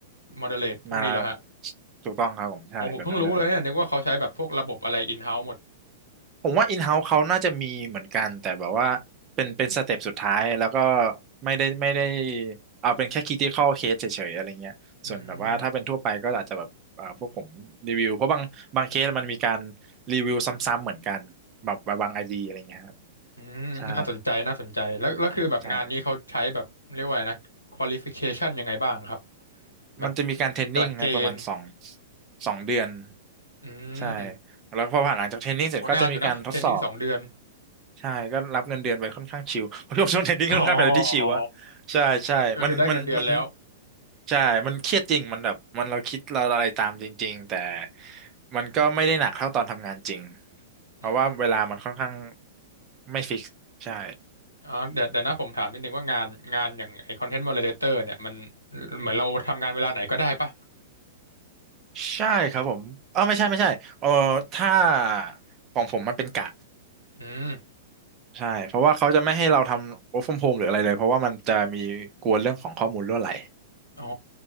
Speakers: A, on the left (about 85°); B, on the right (about 30°).
A: o d เ r เล e
B: มา
A: พวกนี้เหรอฮะ
B: ถูกต้องครับผมใช่แบบนั้นเลย
A: อ๋อผมเพิ่งรู้เลยเนี่ยนึกว่าเขาใช้แบบพวกระบบอะไรอินเฮ้า์หมด
B: ผมว่าอินเฮ้า์เขาน่าจะมีเหมือนกันแต่แบบว่าเป็นเป็นสเต็ปสุดท้ายแล้วก็ไม่ได้ไม่ได้เอาเป็นแค่ค i i c a อ c เคสเฉยๆอะไรเงี้ยส่วนแบบว่าถ้าเป็นทั่วไปก็อาจจะแบบเอ่อพวกผมรีวิวเพราะบางบางเคสมันมีการ
A: อืม
B: รีวิวซ้ำๆเหมือนกันแบบบางไอดีอะไรเงี้ยครับ
A: อืมน่าสนใจน่าสนใจแล้วแล้วคือแบบงานนี้เขาใช้แบบเรียกว่าอะไรนะ
B: ใช่ใช่
A: qualification ยังไงบ้างครับแบบ
B: มันจะมีการเทรนนิ่งนะประมาณสอง
A: หลักเกณฑ์
B: สองเดือน
A: อื
B: ใช่
A: ม
B: แล้วพอผ่านหลังจากเทรนนิ่งเสร็จก็จะมีการทดสอบ
A: โหนานอยู่นะเทรนนิ่งสองเดือน
B: ใช่ก็รับเงินเดือนไปค่อนข้างชิล <laughs> เพราะช่วงช่วงเทรนนิ่งค่อนข้างเป็นอะไรที่ชิลอะ
A: อ๋ออ๋อ
B: ใช่ใช่มันมันมัน
A: ก็คือได้เงินเดือนแล้ว
B: ใช่มันเครียดจริงมันแบบมันเราคิดเราอะไรตามจริงๆแต่มันก็ไม่ได้หนักเท่าตอนทำงานจริงเพราะว่าเวลามันค่อนข้าง
A: อืม
B: ไม่ฟิกซ์ใช่
A: อ๋อเดี๋ยวเดี๋ยวนะผมถามนิดนึงว่างานงานอย่างไอ้คอนเทนต์โมเดเลเตอร์เนี่ยมันเหมือนเราทำงานเวลาไหนก็ได้ปะ
B: ใช่ครับผมเออไม่ใช่ไม่ใช่เออถ้าของผมมันเป็นกะ
A: อืม
B: ใช่เพราะว่าเขาจะไม่ให้เราทำ work from home หรืออะไรเลยเพราะว่ามันจะมีกลัวเรื่องของข้อมูลรั่วไหล
A: อ๋อ